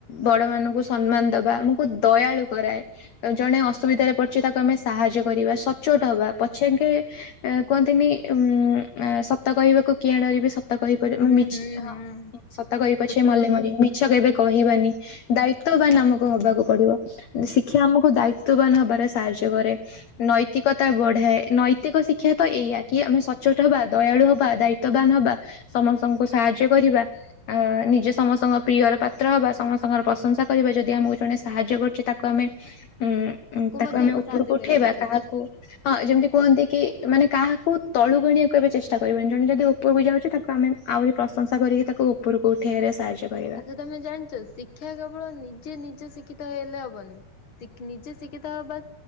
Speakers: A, on the left; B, on the left.
A: ବଡ ମାନଙ୍କୁ ସମ୍ମାନ ଦବା ମୁ କୁ ଦୟାଳୁ କରାଏ। ଜଣେ ଅସୁବିଧାରେ ପଡିଛି ତାକୁ ଆମେ ସାହାଯ୍ୟ କରିବା ସଚୋଟ ହବା ପଛେକେ ଅ କୁହନ୍ତିନି ଉଁ ଅ ସତ କହିବାକୁ କିଆଁ ଡରିବି ସ ସତ କହି ପରେ
B: ହୁଁ
A: ମି
B: ହୁଁ
A: ହ
B: ହୁଁ
A: ସତ କହି ପଛ
B: ଛୋଟ
A: ମଲେ
B: ବେଳୁ
A: ମରିବି ମି ଛ କେବେ କହିବାନି ଦାୟିତ୍ଵବାନ ଆମକୁ ହବାକୁ ପଡିବ ଶିକ୍ଷା ଆମକୁ ଦାୟିତଵବାନ ହବାରେ ସାହାଯ୍ୟ କରେ। ନୈତିକତା ବଢାଏ ନୈତିକ ଶିକ୍ଷା ତ ଏଇୟା କି ଆମେ ସଚୋଟ ହବା ଦୟାଳୁ ହବା ଦାୟି ତ୍ୱ ବାନ ହବା ସମସ୍ତଙ୍କୁ ସାହାଯ୍ୟ କରିବା। ଅ ନିଜେ ସମସ୍ତଙ୍କ ପ୍ରିୟର ପାତ୍ର ହବା ସମସ୍ତଙ୍କର ପ୍ରଶଂସା କରିବା ଯଦି ଆମକୁ ଜଣେ ସାହାଯ୍ୟ କରୁଛି ତାକୁ ଆମେ ଉଁ ଉଁ ତାକୁ
B: ମଧ୍ୟ
A: ଆମେ ଉପରକୁ
B: ସାହାଯ୍ୟ
A: ଉଠେଇବା
B: କରିବା ଉଚିତ।
A: କାହାକୁ ହଁ ଯେମିତି କୁହନ୍ତି କି ମାନେ କାହାକୁ ତଳୁକୁ ଆଣିବାକୁ କେବେ ଚେଷ୍ଟା କରିବନି ଜଣେ ଯଦି ଉପରକୁୁ ଯାଉଛି ତାକୁ ଆମେ ଆହୁରି ପ୍ରଶଂସା କରିକି ତାକୁ ଉପରକୁ ଉଠେଇାରେ ସାହାଯ୍ୟ କରିବା।
B: ଆଚ୍ଛା ତମେ ଜାଣିଛ ଶିକ୍ଷା କେବଳ ନିଜେ ନିଜେ ଶିକ୍ଷିତ ହେଇଲେ ହବନି। ସେଖ ନିଜେ ସିଖିତ ହବା